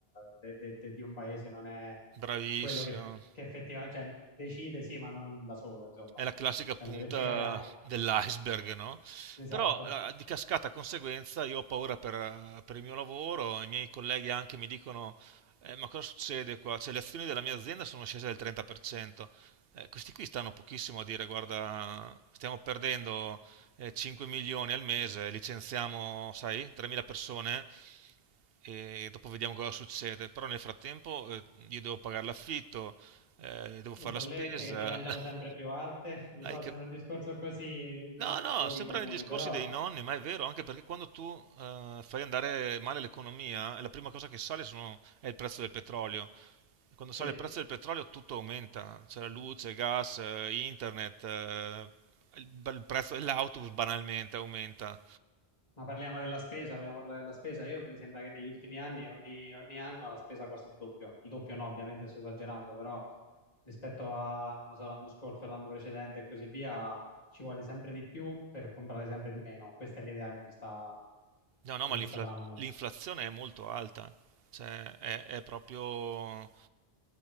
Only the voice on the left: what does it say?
de- de- de- di un paese, non è
quello che, che effettivamente, cioè, decide, sì, ma non da solo, insomma.
Penso
che ci capiamo.
Esatto.
Le bollette
che diventano
sempre più alte, <laughs> lo so,
sembra
un discorso così di
luoghi
comuni,
però
sì,
ma parliamo della spesa, vogliamo parlare della spesa. Io mi sembra che negli ultimi anni, ogni, ogni anno la spesa costi il doppio. Il doppio no, ovviamente sto esagerando, però rispetto a, non so, l'anno scorso, l'anno precedente e così via, ci vuole sempre di più per comprare sempre di meno. Questa è l'idea che mi sta,
che
mi
sta dando.